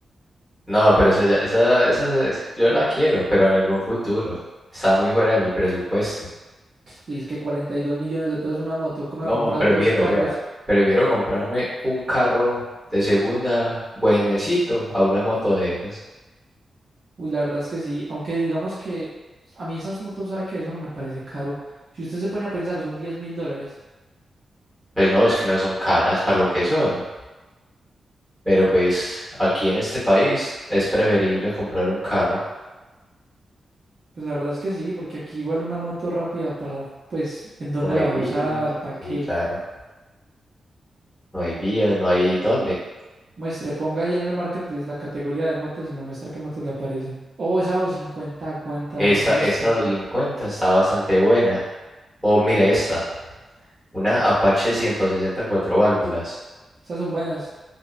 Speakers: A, in the centre; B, on the right.
A: No, pero esa, ya- esa, esa, esa- yo la quiero, pero en algún futuro. Está muy fuera de mi presupuesto.
B: Uy, es que 42 millones de pesos una moto, que uno
A: No,
B: de comprar
A: prefiero,
B: dos carros.
A: vea, prefiero comprarme un carro de segunda buenecito a una moto de esas.
B: Uy, la verdad es que sí, aunque digamos que a mí esas motos, sabe que eso no me parece caro. Si usted se pone a pensar, son diez mil dólares.
A: Pues no, es que no son caras para lo que son, pero pues aquí en este país es preferible comprar un carro.
B: Pues la verdad es que sí, porque aquí igual una moto rápida para, pues, en dónde
A: No hay
B: la va
A: vías,
B: a usar, para
A: sí,
B: qué.
A: claro, no hay vías, no hay dónde.
B: Muestre, ponga ahí en el marketplace la categoría de motos y me muestra qué motos le aparecen. Oh, esa 250 aguanta
A: Esa,
B: resto.
A: esa 250 está bastante buena. O mire esta, una Apache ciento sesenta y cuatro válvulas.
B: Esas son buenas.